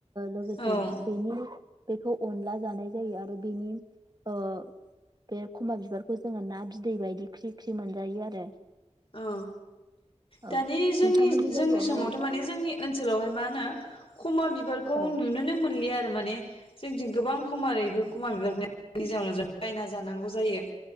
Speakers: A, on the right; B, on the left.
A: लोगोसे
B: औ
A: बेनि बेखौ अनला जानाय जायो आरो बेनि ओ बे खमा बिबारखौ जोङो ना बिदै बायदि ख्रि ख्रि मोनजायो आरो
B: औ
A: औ
B: दानि जोंनि
A: नोंथांमोननि
B: जोंनि
A: जायगायावहाय
B: समावथ माने जोंनि ओनसोलावहाय मा होनो खमा बिबारखौ
A: औ
B: नुनोनो मोनलिया आरो माने जोंथिं गोबां खम <unintelligible> खमारफोर खमा बिबारनायनि जाउनाव जों बायना जानांगौ जायो